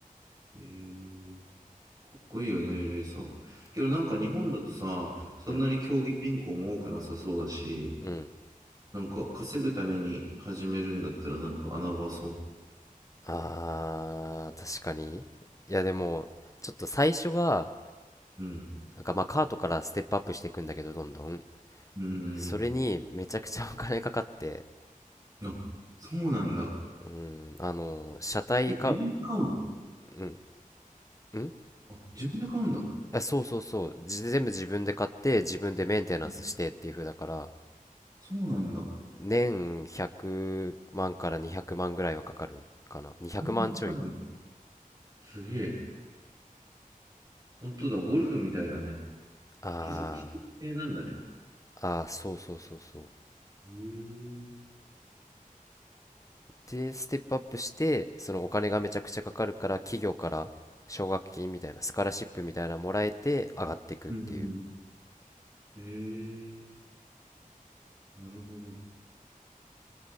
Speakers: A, on the right (about 25°); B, on the left (about 20°).
A: へえかっこいいよね、レーサー。
B: か
A: けどなんか日本だとさ、そんなに競技人口も多くなさそうだし、
B: うんうん
A: なんか稼ぐために始めるんだったらなんか穴場そう。
B: あー確かにいやでもちょっと最初が
A: うん。
B: なんかまあカートからステップアップしていくんだけどどんどん
A: うん。
B: それにめちゃくちゃお金かかって
A: あ、そうなんだ。
B: うんあの車体買う
A: え、自分で買うの
B: うんうん
A: あ、自分で買うんだ。
B: あそうそうそうじ全部自分で買って自分でメンテナンスしてっていう風だから
A: うんそうなんだ。
B: 年100万から200万ぐらいはかかるかな200万ちょい
A: そんなかかるんだ。すげえ。本当だ、ゴルフみたいだね。
B: あ
A: 傷、傷系なんだね。
B: ーあーそうそうそうそう
A: へえ、
B: でステップアップしてそのお金がめちゃくちゃかかるから企業から奨学金みたいなスカラシップみたいなのもらえて上がっていくっていう
A: うん。へえ、なるほど。